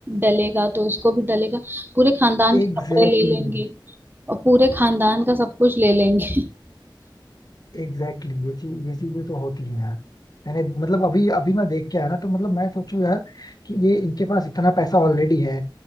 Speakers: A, on the right; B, on the left.
A: डलेगा तो उसको भी डलेगा पूरे खानदान के
B: एग्जैक्टली
A: कपड़े ले लेंगे
B: exactly,
A: और पूरे खानदान का सब कुछ ले लेंगे
B: एग्जैक्टली exactly, ये चीज ये चीजें तो होती हैं यार मैंने मतलब अभी अभी मैं देख के आया ना तो मतलब मैं सोचूं यार कि ये इनके पास इतना पैसा ऑलरेडी है